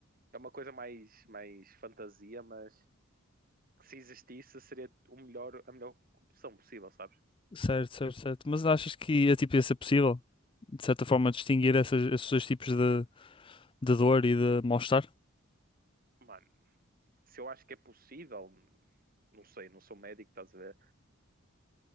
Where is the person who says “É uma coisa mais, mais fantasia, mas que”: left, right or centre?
Right